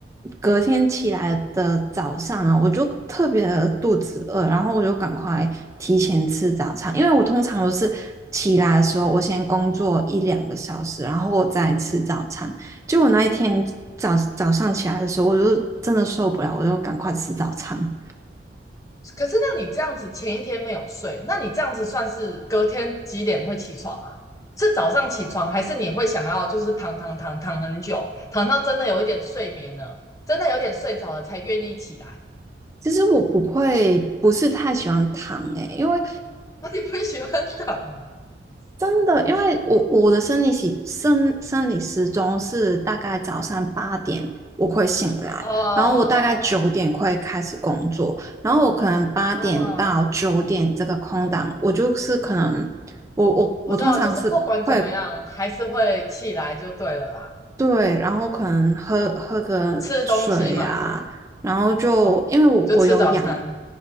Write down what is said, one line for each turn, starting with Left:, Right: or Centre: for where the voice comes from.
Right: 隔天起来的早上啊，我就特别的肚子饿，然后我就赶快提前吃早餐，因为我通常都是起来的时候，我先工作一两个小时，然后我再吃早餐。结果那一天早早上起来的时候，我就真的受不了，我就赶快吃早餐。
Left: 可是那你这样子前一天没有睡，那你这样子算是隔天几点会起床啊？是早上起床，还是你会想要就是躺躺躺躺很久，躺到真的有一点睡眠了，真的有点睡着了才愿意起来？
Right: 其实我不会，不是太喜欢糖诶、欸因为
Left: 那你不喜欢躺吗？
Right: 真的，因为我我的生理时生生理时钟是大概早上八点我会醒来，
Left: <laughs> 哦，
Right: 然后我大概九点会开始工作，然后我可能八点到九点这个空档，
Left: 嗯，
Right: 我就是可能我我我通常是会
Left: 我知道，就是不管怎么样，还是会起来就对了啦。
Right: 对，然后可能喝喝个水啊，
Left: 吃东西嘛，
Right: 然后就因为我我有养，
Left: 哦，就吃早餐。